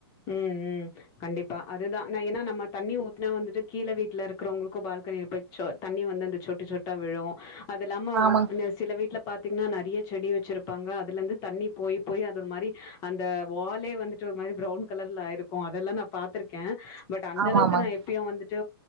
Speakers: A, on the left; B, on the right.
A: ம் ம் கண்டிப்பா அதுதா ஏன்னா நம்ம தண்ணி ஊத்துனா வந்துட்டு கீழ வீட்டுல இருக்குறவங்களுக்கு பால்கனியில போய் சொ தண்ணி வந்து அந்தச் சொட்டுச் சொட்டா விழூ அதுல்லாம
B: ஆமாங்
A: சில வீட்டுல பாத்தீங்ன்னா நா அப்டியே செடி வச்சிருப்பாங்க அதுலருந்து தண்ணி போய் போய் அது ஒரு மாரி அந்த வால்லே வந்துட்டு ஒரு மாரி ப்ரவுன் கலர்ல ஆயிருக்கு அதெல்லா நா பாத்துருக்கே பட் அந்தளவுக்கு
B: ஆமா ஆமாங்
A: நா எப்பயு வந்துட்டு